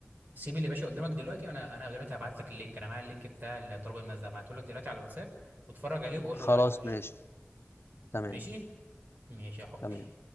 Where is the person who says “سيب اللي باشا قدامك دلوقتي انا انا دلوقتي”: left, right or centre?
Right